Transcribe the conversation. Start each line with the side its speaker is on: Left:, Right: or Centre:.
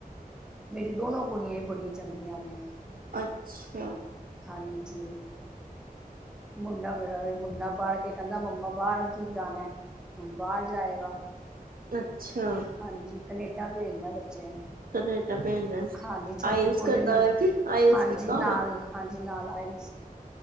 Centre: ਮੇਰੀ ਦੋਨੋ ਕੁੜੀਆਂ ਹੀ ਬੜੀਆਂ ਚੰਗੀਆਂ ਨੇ
Right: ਅੱਛਾ।
Centre: ਹਾਂਜੀ। ਮੁੰਡਾ ਮੇਰਾ ਮੁੰਡਾ ਪੜ ਕੇ ਕਹਿੰਦਾ ਮੰਮਾ ਬਾਹਰ ਜਾਣਾ ਹੁਣ ਬਾਹਰ ਜਾਏਗਾ।
Right: ਅੱਛਾ
Centre: ਹਾਂਜੀ ਕਨੇਡਾ ਭੇਜਣਾ ਬੱਚੇ ਨੂੰ
Right: ਕਨੇਡਾ ਭੇਜਣਾ
Centre: ਹਾਂਜੀ ਛੋਟੀ
Right: ਆਇਲਸ
Centre: ਕੁੜੀ
Right: ਕਰਦਾ
Centre: ਨੂੰ
Right: ਹੋਇਆ ਕਿ ਆਇਲਸ
Centre: ਹਾਂਜੀ
Right: ਕੀਤਾ
Centre: ਨਾਲ
Right: ਹੋਣਾ
Centre: ਹਾਂਜੀ ਨਾਲ ਆਏ। <inaudible>